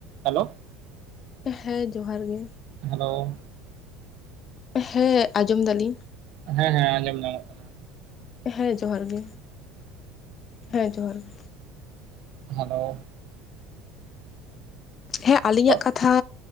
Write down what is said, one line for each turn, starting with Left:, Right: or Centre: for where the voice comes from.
Right: ᱦᱮᱞᱳ᱾
Left: ᱦᱮᱸ ᱡᱚᱦᱟᱨ ᱜᱮ᱾
Right: ᱦᱮᱞᱳ᱾
Left: ᱦᱮᱸ ᱟᱸᱡᱚᱢ ᱫᱟᱞᱤᱧ᱾
Right: ᱦᱮᱸ ᱦᱮᱸ ᱟᱸᱡᱚᱢ ᱧᱟᱢᱚᱜ ᱠᱟᱱᱟ᱾
Left: ᱦᱮᱸ ᱡᱚᱦᱟᱨ ᱜᱮ ᱦᱮᱸ ᱡᱚᱦᱟᱨ ᱜᱮ᱾
Right: ᱦᱮᱞᱳ᱾
Left: ᱦᱮᱸ ᱟᱞᱤᱧᱟᱜ
Right: ᱦᱮᱞᱳ
Left: ᱠᱟᱛᱷᱟ